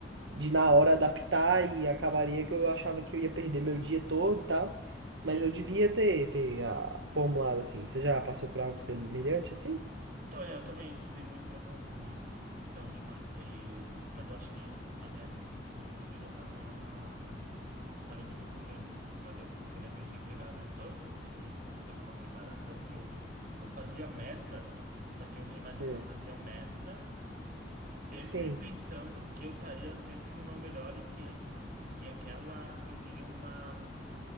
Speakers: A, on the right; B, on the right.
A: De na hora adaptar e acabaria que eu achava que eu ia perder meu dia todo e tal.
B: sim.
A: Mas eu devia ter, ter ah, formulado assim. Você já passou por algo semelhante assim?
B: Então, é, eu também estudei muito para concurso, então tinha uma, e eu- mas eu acho que na minha época do concurso eu já estava Tava ainda no começo, assim, mas eu, eu lembro de pegar do TOEFL, que eu tive que fa- pegar uma preparação, que eu, eu fazia metas, só que eu, imagi-
A: Hum.
B: eu fazia metas sempre
A: Sim,
B: pensando que eu estaria sempre no meu melhor e que, a- que aquela, que eu teria uma,